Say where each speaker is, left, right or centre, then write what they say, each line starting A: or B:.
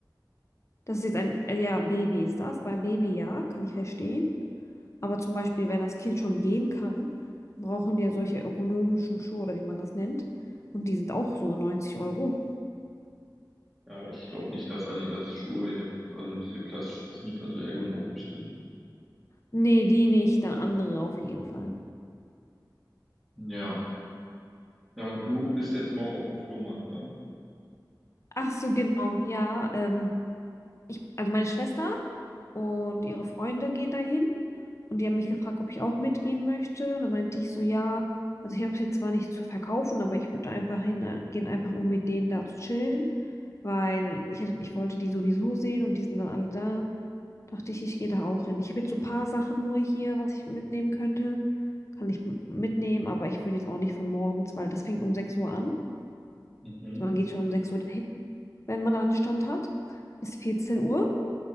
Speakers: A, on the left (about 40°); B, in the centre.
A: Das ist jetzt ein, äh, ja, Baby ist das. Bei Baby ja, kann ich verstehen. Aber zum Beispiel, wenn das Kind schon gehen kann, brauchen die ja solche ergonomischen Schuhe oder wie man das nennt. Und die sind auch so neunzig Euro.
B: Ja, aber ich glaube nicht, dass Adidas Schuhe jetzt, also diese klassischen Sneaker so ergonomisch sind.
A: Nee, die nicht, dann andere auf jeden Fall.
B: Ja. Ja, und du bist jetzt morgen auf dem Flohmarkt dann?
A: Ach so, genau, ja. Ähm, ich, also meine Schwester und ihre Freunde gehen dahin und die haben mich gefragt, ob ich auch mitgehen möchte. Und dann meinte ich so, ja, also ich habe es jetzt zwar nicht zu verkaufen, aber ich würde einfach hingehen, einfach um mit denen da zu chillen, weil ich, hätte- ich wollte die sowieso sehen und die sind dann alle da. Dachte ich, ich gehe da auch hin. Ich habe jetzt so ein paar Sachen nur hier, was ich mitnehmen könnte. Kann ich m- mitnehmen, aber ich würde jetzt auch nicht von morgens, weil das fängt um 6 Uhr an.
B: Mhm.
A: Also man geht schon um 6 Uhr dahin, wenn man da einen Stand hat. Bis 14 Uhr.